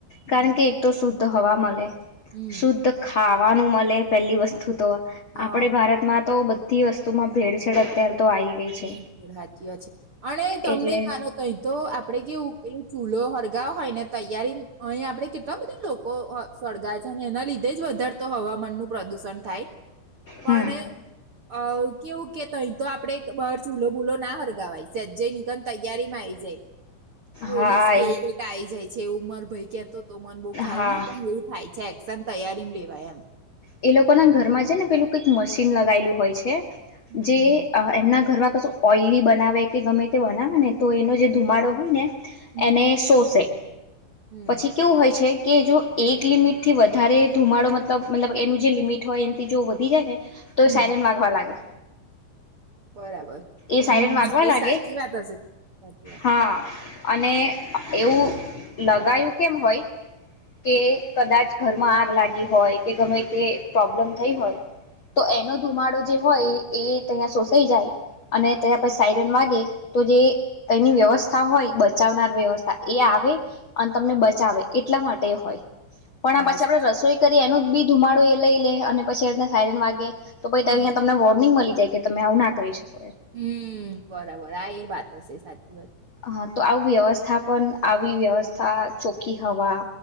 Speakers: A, on the right; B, on the left.
A: હમ્મ.
B: કારણ કે એક તો સુ તો હવા મળે
A: હમ્મ
B: શુદ્ધ ખા ખાવાનું મલે પહેલી વસ્તુ તો
A: હા
B: આપણેે ભારતમાં તો બધા બધી વસ્તુમાં ભેળ છેેડ અત્યારે તો આવી ગઈ છે
A: સાાચી વાત છે અળે તમને
B: એટલે
A: માનો ત‌ઇતો આપડે કેવું પેલું ચૂલો હડ અગા હોય ને તૈયારી અહી આપણે કેટલા બધા લોકો અ સળગાય છે એના લીધે તેજવા ર તો હવામાન નું પ્રદુષણ થાય પણ
B: હમ
A: અ કેવું કે તહી તો આપણે બહાર ચૂલો બૂલો ના હરગાવાય સજ્જય ની તને તૈયાર તેમા આવી જાય પોલીસ
B: હા
A: કે
B: એ
A: કે આઈ જાય કે ઉંમર ભાઈ કેતો તો મન બહુ ખ્યાલ
B: હા
A: નહીં પણ એવું થાય છે સન તૈયારીમાં લેવાય એમ
B: એ લોકો ના ઘરમાં છે ને પેલું કઈક મશીન લગાયેલું હોય છે
A: હમ
B: જે અ એમના ઘરમાં કશું ઓઇલી બનાવે કે ગમે તે બનાવે ને તો એનો જે ધુમાડો હોય ને
A: હમ
B: એને
A: હમ
B: શોષે
A: હમ
B: પછી કેવું હોય છે કે જો એક લિમિટ થી વધારે ધુમાડો મતલબ મતલબ એનું જે લિમિટ હોય એનીથી જો વધી જાય ને તો
A: હમ
B: સાયરીન વાગવા લાગે
A: બરાબર
B: એ
A: હમ
B: સાયરન વાગવા
A: એ
B: લાગે
A: સાચી વાત હશે સાચી વાત
B: હા અને એવું લગાયું કેમ હોય કે કદાચ ઘરમાં આગ લાગી હોય કે ગમે તે પ્રોબ્લેમ થઈ હોય તો એનો ધુમાડો જે હોય એ તં શોષાઈ જાય અને તં પછી સાઈરન વાગે તો જે એની વ્યવસ્થા હોય બચાવનાર વ્યવસ્થા એ આવે અને તમને બચાવે એટલા માટે તે હોય પણ આ
A: હા
B: પછી
A: જ.
B: આપણે રસોઈ કરી તો એનો જ બી ધુમાડો એ લઈ લે અને પછી એના સાયરન વાગે તો પછી
A: હમ
B: ત અહીં તમને વોર્નિંગ મલી જે કે તમે આવું ના કરી શકો એ
A: હમ બરાબર આ એ વાત હશે સાચી વાત. છે.
B: હા તો આવું વ્યવસ્થા પણ આવી વ્યવસ્થા ચોખ્ખી હવા.